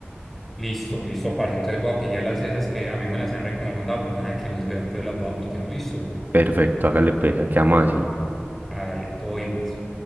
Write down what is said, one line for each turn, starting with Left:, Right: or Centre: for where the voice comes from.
Centre: Listo, listo, parce. Entonces voy a pillar las esas que a mí me las han recomendado, pues nada, que las veo, entonces las voy a pillar, listo.
Right: Perfecto, hágale pues, quedamos así.
Centre: Hágale, todo bien, pues.